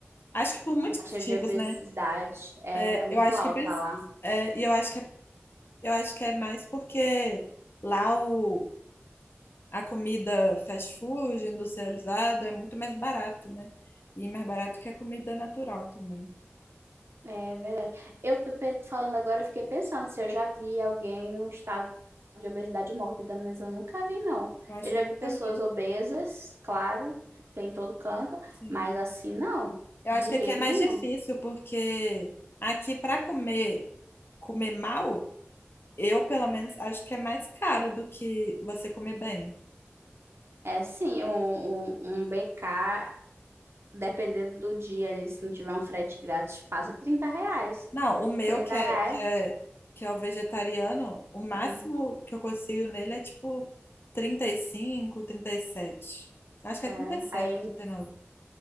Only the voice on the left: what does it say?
acho que por muitos
motivos,
né?
É,
eu acho
que, preci-
é, e eu acho que, é- eu acho que é mais porque lá o a comida fast food, industrializada, é muito mais barato, né? E mais barato que a comida natural também.
Eu acho
que eu
nunca
vi.
Sim.
Eu
acho que
aqui é mais
difícil, porque aqui para comer, comer mal, eu pelo menos acho que é mais caro do que você comer bem.
Não, o meu
que é,
que é, que é o vegetariano, o máximo
que eu consigo nele é tipo trinta trinta e cinco, trinta e sete. Acho
que é trinta e sete
ou 39.